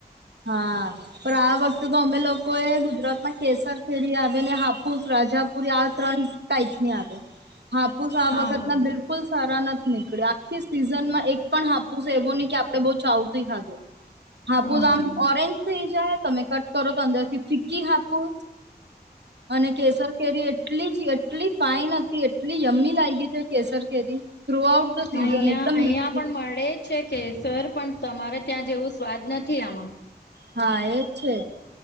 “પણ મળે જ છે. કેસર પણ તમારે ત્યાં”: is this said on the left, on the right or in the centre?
Left